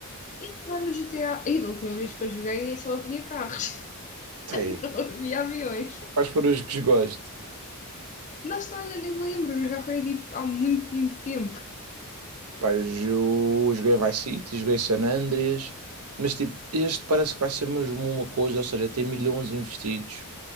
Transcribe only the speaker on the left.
E agora no G T a E da última vez que eu joguei só havia carros,
<laughs> não havia aviões.
Na história nem me lembro, já foi tipo há muito, muito tempo.